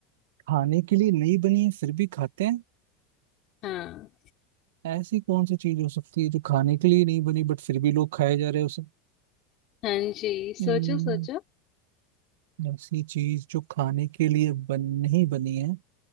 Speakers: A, on the right; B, on the left.
A: खाने के लिए नहीं बनी है फिर भी खाते हैं
B: हाँ
A: ऐसी कौन सी चीज हो सकती है जो खाने के लिए नहीं बनी बट फिर भी लोग खाए जा रहे हैं उसे
B: हाँ जी
A: हम्म,
B: सोचो सोचो
A: ऐसी चीज जो खाने के लिए बन नहीं बनी है